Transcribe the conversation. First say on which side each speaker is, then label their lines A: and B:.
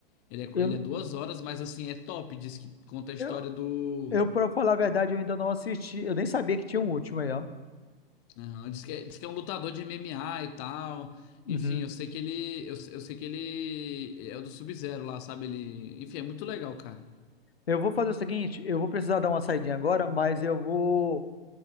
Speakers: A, on the left; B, on the left.
A: Ele é,
B: Eu,
A: ele é duas horas, mas assim, é top. Diz que conta a história
B: eu,
A: do.
B: Eu, pra falar a verdade, eu ainda não assisti. Eu nem sabia que tinha um último aí, ó.
A: Aham, diz que, é- diz que é um lutador de MMA e tal.
B: Uhum.
A: Enfim, eu sei que ele. Eu, eu sei que ele é o do Sub-Zero lá, sabe? Ele. Enfim, é muito legal, cara.
B: Eu vou fazer o seguinte, eu vou precisar dar uma saidinha agora, mas eu vou,